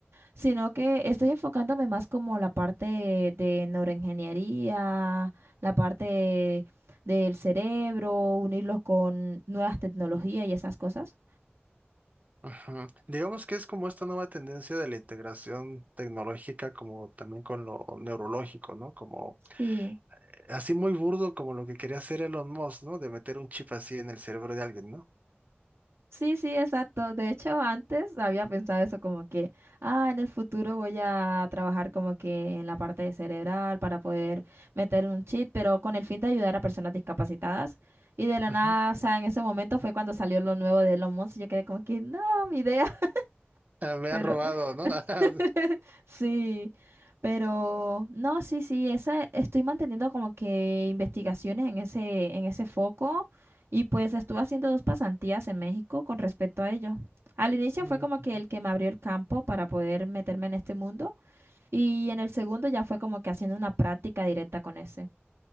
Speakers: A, on the right; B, on the right.
A: sino que estoy enfocándome más como la parte de neuroingeniería, la parte del cerebro, unirlo con nuevas tecnologías y esas cosas.
B: Ujú. Digamos que es como esta nueva tendencia de la integración tecnológica, como también con lo neurológico, ¿no? Como
A: Sí.
B: Así muy burdo como lo que quería hacer Elon Musk, ¿no? De meter un chip así en el cerebro de alguien, ¿no?
A: Sí, sí, exacto. De hecho, antes había pensado eso como que, ah, en el futuro voy a trabajar como que en la parte de cerebral para poder meter un chip, pero con el fin de ayudar a personas discapacitadas. Y de la
B: Ujú.
A: nada, o sea, en ese momento fue cuando salió lo nuevo de Elon Musk y yo quedé como que, no, mi idea, <laughs>
B: Ah, Me
A: pero...
B: ha robado, ¿no? <laughs>
A: <laughs> Sí, pero no, sí, sí, esa, estoy manteniendo como que investigaciones en ese, en ese foco y pues estuve haciendo dos pasantías en México con respecto a ello. Al inicio
B: Mm,
A: fue como que
B: ujú.
A: el que me abrió el campo para poder meterme en este mundo y en el segundo ya fue como que haciendo una práctica directa con ese.